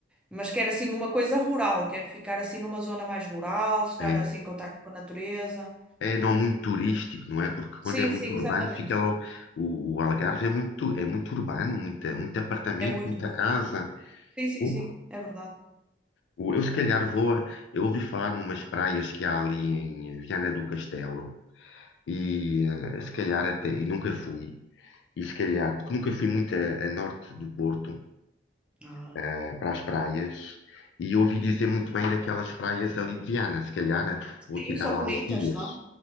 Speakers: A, in the centre; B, on the left.
A: mas quero assim uma coisa rural, quero ficar assim numa zona mais rural, estar
B: É,
A: assim em contacto com a natureza.
B: é não muito turístico, não é? Porque
A: Sim,
B: quando é muito
A: sim,
B: urbano,
A: exatamente.
B: fica lá o, o, o Algarve é muito, é muito urbano, muita, muito apartamento,
A: É muito,
B: muita
A: muito.
B: casa.
A: Sim, sim,
B: Uh,
A: sim, é verdade.
B: o- eu se calhar vou, a- eu ouvi falar numas praias que há ali em eh, Viana do Castelo e eh, se calhar até, e nunca fui. E se calhar,
A: Uhum.
B: porque nunca fui muito a, a norte do Porto,
A: Ah.
B: eh, para as praias, e ouvi dizer muito bem daquelas praias ali de Viana. Se calhar eh,
A: Sim,
B: vou tirar
A: são
B: lá
A: bonitas,
B: uns dias.
A: são.